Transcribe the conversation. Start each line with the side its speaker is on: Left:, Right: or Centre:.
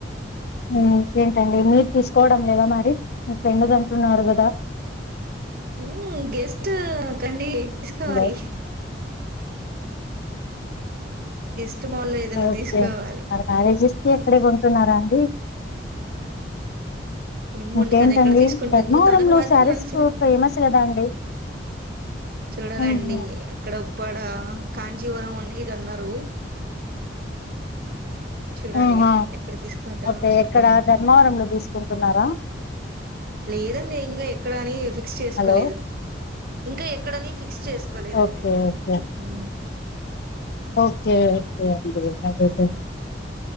Left: ఉ ఏంటండి మీరు తీసుకోవడం లేదా మరి మీ ఫ్రెండ్ది అంటున్నారు కదా.
Right: ఉ గెస్ట్ కండి వేసుకోవాలి
Left: హలో
Right: గెస్ట్ మాల్లో ఏదైనా
Left: ఓకేం
Right: తీసుకోవాలి
Left: మ మ్యారేజెస్కిికి ఆక్కడ కొంటున్నారా డీ
Right: ఏమో
Left: ఇంకేంటండి
Right: అండి తను ఎక్కడ తీసుకుంటుందో
Left: ధర్మవరం
Right: తనకు
Left: లో
Right: మాత్రం
Left: శారీస్
Right: నన్ను సెలెక్ట్
Left: కు ఫేమసు కద అండి.
Right: చూడాలండి
Left: ఉమ్, ఉమ్,
Right: ఏక్కడో ఉప్పాడ, కాంచీవరం అని అనరు చూడాలి
Left: ఉమ్,
Right: ఎ
Left: ఆ.
Right: ఎక్కడ తీసుకుంటా
Left: ఓకే
Right: అనుకుంటును
Left: ఎక్కడ ధర్మవరంలో తీసుకుంటున్నారా
Right: లేదండి ఇంకా ఎక్కడ అని ఫిక్స్ చేసుకోలేదు
Left: హలో
Right: ఇంకా ఎక్ ఇక్కడని ఫిక్స్ చేసుకోలేదండి
Left: ఓకే ఓకే
Right: ఉ
Left: ఓకే ఓకే అండి. అట్లయితే